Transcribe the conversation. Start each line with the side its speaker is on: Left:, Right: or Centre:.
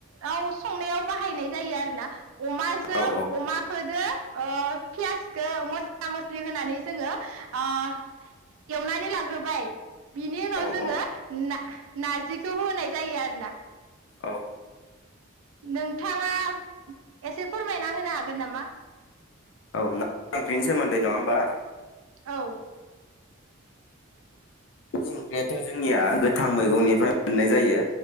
Right: औव संनायाव बाहायनाय जायो आरो ना अमाजों
Left: औ
Right: अमा खोदो ओ फियासखो मस्ला मस्लि होनानै जोङो ओ एवनानै लाग्रोबाय बिनि उनाव
Left: औ
Right: जोङो
Left: औ
Right: ना नारजिखौ होनाय जायो आरो ना
Left: औ।
Right: नोंथाङा एसे फोरमायना होनो हागोन नामा
Left: औ ना ओंख्रिनि सोमोन्दै नङा बा
Right: औ।
Left: ओंख्रियाथ जोंनिया गोथां मैगंनिफ्राय मोननाय जायो।